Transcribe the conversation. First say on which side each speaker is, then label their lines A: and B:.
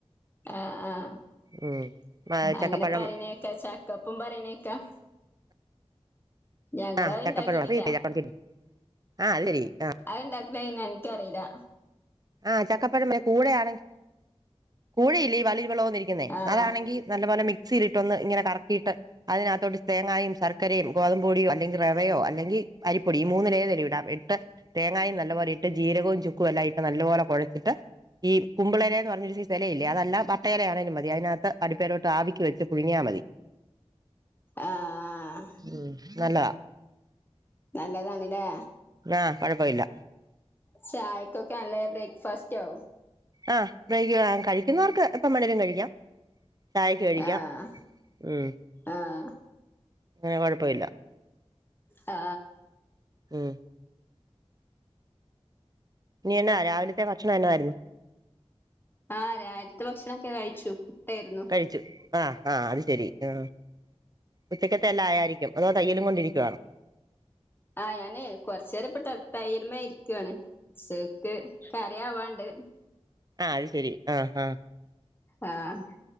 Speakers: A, on the left (about 20°); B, on the right (about 35°).
A: ആഹ ആഹ
B: ഉം ചക്കപ്പഴം
A: അങ്ങനെ പറണേക്കാം ചക്കപ്പും പറണേക്കാം ഞങ്ങളത്
B: ആഹ് ചക്കപ്പഴം
A: ഇണ്ടാക്കിട്ടില്ല
B: അറിയത്തില്ലേ ചക്കപ്പഴത്തിന്റെ ആഹ് അത് ശരി ആഹ്
A: അതന്ത താാക്കതായിന <unintelligible> ിക്കറതാ <unintelligible>
B: ആഹ ചക്കപ്പഴം കൂടെയാണെ കൂഴയില്ലേ വലിരു വിളം വന്നിരിക്കുന്നേ
A: ആഹ്
B: അതാണെങ്കി നല്ലപോലെ മി ീരിട്ടൊ ഒന്ന് ഇങ്ങെ കറക്കിയിട്ട് അതിനകത്തോട്ട് തേങ്ങയുംും ശർക്കരയും ഗോതമ്പൊടിയോ അല്ലെങ്ക റെവയോ അല്ലെങ്കിൽ അരീ പൊടി മൂന്നിലേഏതല വിടാം എട്ട് തേങ്ങായ നല്ല പോലെ ഇട്ട് ജീരകവും ച കുലായി നല്ല പോോലെ കുഴച്ചിട്ട് ഈ കുമ്പളല എന്ന് പറഞ്ഞൊരു ഇലയില്ലേ അതല്ല വട്ട ഇലയാണേലും മതി അതിനകത്ത് അടുപ്പേരോട്ട് ആവിിക്കക്ക് വെച്ച് പുഴുങ്ങിയൽ മതി
A: ആഹ്
B: ഉ നല്ല
A: നല്ലതാണല്ലേ
B: ആഹ് കുഴപ്പമില്ല
A: ചായക്കൊക്കെ നല്ല ബ്രേക്ക്ഫാസ്റ്റ് ആവുംും
B: ആഹ് അ കഴിക്കുന്നവർക്ക് ഇപ്പം മണേരും കഴിക്കാം ചായ ക കഴിക്കാം
A: ആഹ്
B: മ്മ്
A: ആഹ്
B: അങ്ങനെ കൊഴപ്പില്ല
A: ആ
B: ഉം ഇനിന്നെ രാവിലത്തെ ഭക്ഷണം എന്നന്ന ആായിരുന്നു
A: ആഹ രയിരത്തെ ഭക്ഷണൊക്കെ കഴിച്ചു പുട്ടായിരുന്നു
B: കഴിച്ചു ആഹ് ആഹ് അത് ശെരി ആ ഉച്ചക്കത്തെല്ലാം ആയായിരിക്കും അതോ തയ്യലും കൊണ്ടിരിക്കുവവാണോ
A: ആഹ് ഞാന് കൊറച്ച നേേരം ഇപ്പട്ട തയ്യല് മേ ഇരികാണ് സക്ക് കറിയാവാണ്ട് ണ്ട്
B: ആഹ അത് ശരി ആഹ ആഹ
A: ആഹ